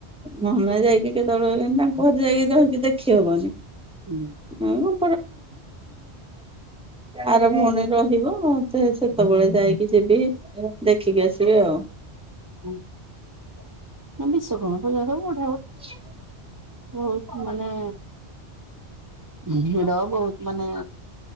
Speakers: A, in the centre; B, on the right.
A: ନହନେ ଯାଇକି କେତେବେଳେ କେ ତାଙ୍କ ଘରେ ଯାଇକି ରହିକି ଦେଖିହବନି।
B: ହୁଁ।
A: <unintelligible> ଆର ଭଉଣୀ ରହିବ। ସେ ସେତବେଳେ ଯାଇକି ଯିବି ଦେଖିକି ଆସିବି ଆଉ।
B: ହଁ ନା ବିଶ୍ଵକର୍ମା ପୂଜା ତ <unintelligible>
A: କି
B: ବହୁ <inaudible> ମାନେ ଭିଡ ବହୁତ ମାନେ